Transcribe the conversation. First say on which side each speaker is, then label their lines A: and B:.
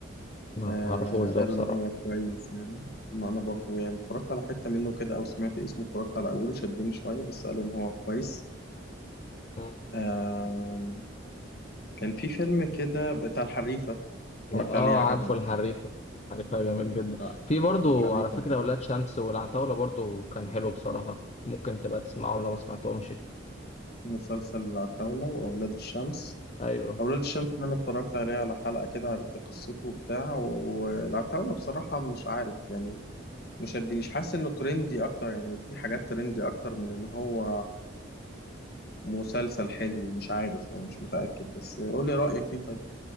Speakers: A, on the left; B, on the left.
A: لا
B: آه
A: ما اعرفوش ده
B: قالوا
A: بصراحة
B: إن هو كويس يعني ما أنا برضو يعني اتفرجت على حتة منه كده أو سمعت اسمه اتفرجت على أوله شدني شوية بس قالوا إن هو كويس
A: مم.
B: آه كان في فيلم كده بتاع الحريفة اتفرجت
A: لا اه
B: عليه عجبني
A: عارفه
B: أوي
A: الحريفة
B: كده
A: حريفة جميل جدا
B: بتاع
A: في برضو
B: الحريفة
A: على فكرة
B: ده.
A: ولاد شمس والعتاولة برضو كان حلو بصراحة ممكن تبقى تسمعهم لو ما سمعتهمش
B: مسلسل العتاولة وأولاد الشمس
A: ايوه
B: أولاد الشمس ده أنا اتفرجت عليه على حلقة كده عرفت قصته وبتاع والعتاولة بصراحة مش عارف يعني مش شدني مش حاسس انه ترندي اكتر يعني في حاجات ترندي اكتر من ان هو مسلسل حلو مش عارف يعني مش متأكد بس قول لي رأيك فيه طيب